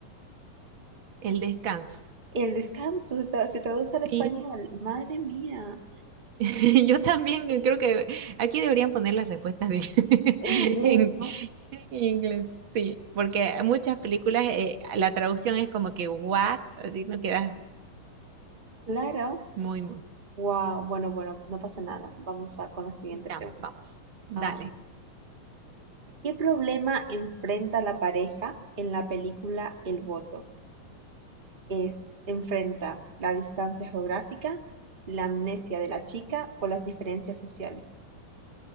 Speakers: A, on the right; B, on the right.
A: El descanso.
B: El descanso está- se traduce al español.
A: Sí,
B: Madre mía.
A: <laughs> yo también creo que aquí deberían poner las respuestas de- <laughs>
B: En inglés,
A: en,
B: ¿no?
A: en inglés. Sí, porque muchas películas eh, la traducción es como que what, así no queda
B: Claro.
A: muy, muy.
B: Wow, bueno, bueno, no pasa nada. Vamos a con la siguiente
A: Ya,
B: pregunta.
A: vamos, dale.
B: Ah, ¿qué problema enfrenta la pareja en la película El voto? ¿Es enfrenta la distancia geográfica, la amnesia de la chica o las diferencias sociales?